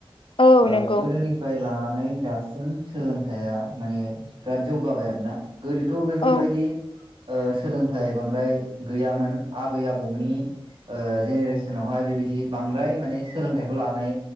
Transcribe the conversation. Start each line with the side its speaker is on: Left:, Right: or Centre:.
Left: औ
Right: ओ
Left: नंगौ।
Right: गोदोनिफ्राय लानानै दासिम सोलोंथाइया माने बिराद जौगाबाय आरोना गोदोथ' बेफोरबायदि
Left: औ
Right: ओ सोलोंथाइ बांद्राय गैयामोन आबै आबौनि ओ जेनेरेसनावहाय बेबायदि बांद्राय माने सोलोंथाइखौ लानाय